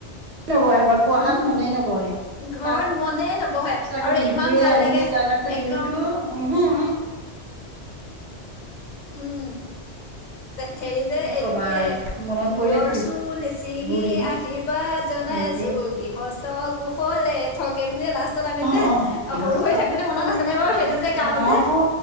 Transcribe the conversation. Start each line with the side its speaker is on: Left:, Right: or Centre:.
Right: নবহে ঘৰত পঢ়াত
Left: উম,
Right: মনেই নবহে।
Left: ঘৰত
Right: তাৰপিছত
Left: মনেই নবহে
Right: আকৌ
Left: আৰু
Right: বিহুৱে
Left: ইমান ভাল
Right: আহিয়ে
Left: লাগে
Right: যায় তাৰ পিছত
Left: একদম
Right: বিহুতো উমহু,
Left: উম। হেৰি যে এইটো
Right: কবা
Left: কি
Right: আৰু।
Left: -
Right: মনত পৰিলে
Left: মূৰৰ চুলি ছিঙি
Right: দুখবোৰ দিন
Left: আশীৰ্বাদ জনাইছো
Right: হয় দেই।
Left: গৃহ স্ত কুশলে থক, এই বুলিয়ে লাষ্ট- ত আমি
Right: অ
Left: যে
Right: অ গৃহস্থ
Left: সৰু হৈ থাকোনে
Right: কুশলে
Left: মনত আছেনে বাৰু সেইটো যে গাওঁ
Right: অ
Left: যে
Right: অ